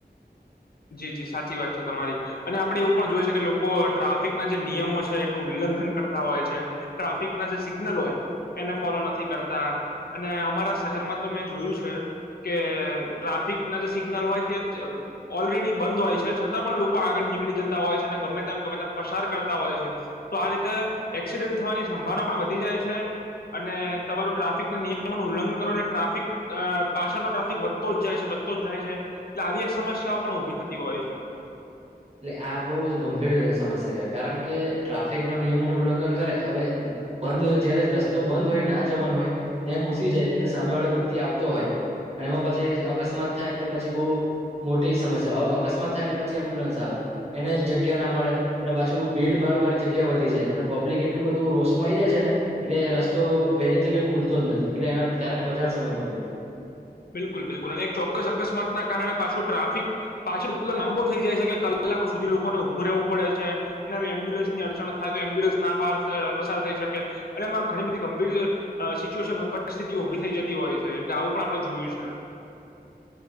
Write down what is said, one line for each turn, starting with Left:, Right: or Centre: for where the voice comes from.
Left: જી જી સાચી વાત છે તમારી અને આપડે એવું પણ જોય છે કે લોકો ટ્રાફિકના જે નિયમો છે એનું ઉલ્લંઘન કરતા હોય છે ટ્રાફિકના જે સિગ્નલ હોય એને ફોલો નથી કરતા અને અમારા શહેરમાં તો મેં જોયું છે કે ટ્રાફિકના જે સિગ્નલ હોય તે. ઓલરેડી બંધ હોય છે છતાં પણ લોકો આગળ નીકળી જતા હોય છે અને ગમે તેમ ગમે તેમ પસાર કરતા હોય છે તો આ રીતે એક્સિડન્ટ થવાની સંભાવના પણ વધી જાય છે અને તમારું ટ્રાફિકના નિયમો ન ઉલ્લંઘન કરો એટલે ટ્રાફિક પાછળનો ટ્રાફિક વધતો જ જાય છે વધતો જ જાય છે એટલે આવી એક સમસ્યા. શિકા પણ ઉભી થતી હોય છે.
Right: એટલે આ બહુ જ ગંભીર સમસ્યા છે કારણ કે ટ્રાફિક ના નિયમો ન ઉલ્લંઘન કરે હવે બંધ જયારે રસ્તો બંધ હોય ના જવાનું હોય ત્યાં ઘુસી જાય એટલે સામે વાળો વ્યક્તિ આવતો હોય અને એમાં પછી અકસ્માત થાય એટલે પછી બહુ મોટી સમસ્યા અકસ્માત થાય એટલે પછી એમ્બ્યુલન્સ. આવે એને જગ્યા ના મળે અને પાછું ભીડ ભાડ વાળી જગ્યા વધી જાય છે અને પબ્લિક એટલું બધું રોષમાંઈ જાય છે ને એટલે રસ્તો વહેલી તકે ખુલતો જ નથી એટલે એના કારણે વધારે સમય બગડે.
Left: બિલકુલ બિલકુલ અને એક ચોક્કસ અકસ્માત ના કારણે પાછો ટ્રાફિક પાછળ એટલો લાંબો થઈ જાય છે કે કલાકો સુધી લોકોને ઉઊભું રહેવું પડે છે અને એમ્બ્યુલન્સની અડચણ થાય તો એમ્બ્યુલન્સ ના પસાર થઈ શકે અને એમાં ઘણી બધી ગંભીર સિચ્યુએશન પરિસ્થિતિઓ ઉઊભી થઈ જતી હોય છે એટલે આવું પણ આપ. જોયું છે.